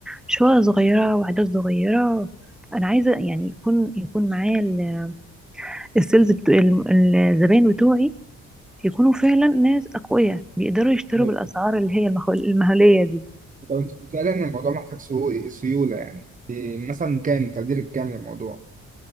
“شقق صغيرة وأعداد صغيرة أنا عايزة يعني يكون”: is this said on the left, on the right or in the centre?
Centre